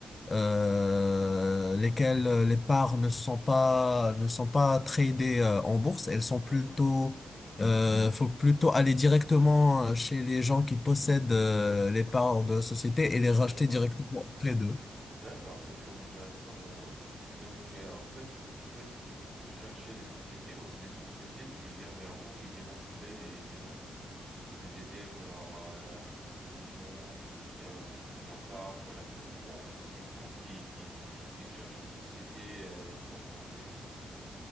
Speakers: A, on the left; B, on the right.
A: euh, lesquelles euh, les parts ne sont pas ne sont pas tradées euh, en bourse, elles sont
B: D'accord.
A: plutôt euh, faut plutôt aller directement euh, chez les gens qui possèdent euh, les parts de la société et les
B: D'accord.
A: racheter directement auprès d'eux.
B: D'accord, c'est très intéressant vraiment. Donc euh, en fait, ce que vous faites, c'est que vous cherchez les sociétés ou c'est les sociétés qui viennent vers vous, qui demandent de l'aide et demandent que vous les aidez genre euh, avec des solutions, que vous achetez leur un petit peu de leur part pour le financement, ou c'est vous qui qui qui cherchez les sociétés euh, pour vos bénéfices.